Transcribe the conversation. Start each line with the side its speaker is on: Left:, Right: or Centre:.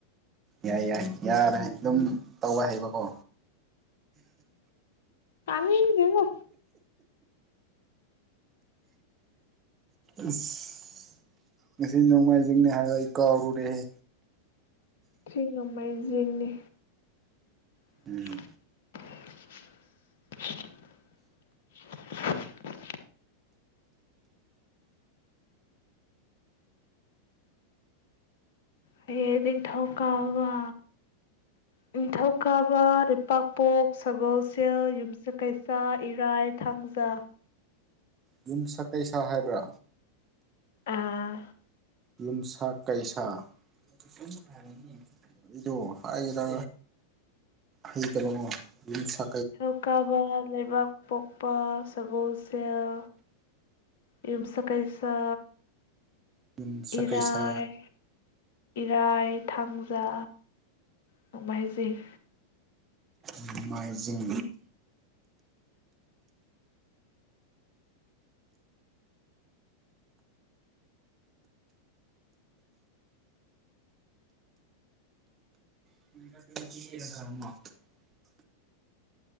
Right: ꯌꯥꯏ ꯌꯥꯏ ꯌꯥꯔꯦ ꯑꯗꯨꯝ ꯇꯧꯋ ꯍꯩꯕꯀꯣ
Left: ꯇꯥꯅꯤꯡꯗꯅ
Right: ꯑꯁ ꯉꯁꯤ ꯅꯣꯡꯃꯥꯏꯖꯤꯡꯅꯤ ꯍꯥꯏꯕ ꯑꯩ ꯀꯥꯎꯔꯨꯔꯦꯍꯦ
Left: ꯊꯔꯤ ꯅꯣꯡꯃꯥꯏꯖꯤꯡꯅꯤ <unintelligible>
Right: ꯎꯝ
Left: ꯍꯌꯦ ꯅꯤꯡꯊꯧ ꯀꯥꯕ ꯅꯤꯡꯊꯧ ꯀꯥꯕ ꯂꯩꯄꯥꯛꯄꯣꯛ ꯁꯒꯣꯜ ꯁꯦꯜ ꯌꯨꯝꯁꯀꯩꯆꯥꯥ ꯏꯔꯥꯏ ꯊꯥꯡꯖꯥ
Right: ꯌꯨꯝꯁ ꯀꯩꯁ ꯍꯥꯏꯕ꯭ꯔꯥ
Left: ꯑꯥ
Right: ꯌꯨꯝꯁꯥ ꯀꯩꯁꯥꯥ ꯑꯩꯗꯣ ꯍꯥꯏꯕ ꯍꯩꯇꯕꯣ ꯌꯨꯝꯁꯥ
Left: ꯅꯤꯡꯊꯧꯀꯥꯕ ꯂꯩꯕꯥꯛꯄꯣꯛ ꯄꯥ ꯁꯒꯣꯜꯁꯦꯜ ꯌꯨꯝꯁꯥꯀꯩꯁꯥ
Right: ꯌꯨꯝꯁ
Left: ꯏꯔꯥꯏ
Right: ꯀꯩꯁꯥ
Left: ꯏꯔꯥꯏ ꯊꯥꯡꯖꯥ ꯅꯣꯡꯃꯥꯏꯖꯤꯡ
Right: ꯅꯣꯡꯃꯥꯏꯖꯤꯡ <unintelligible>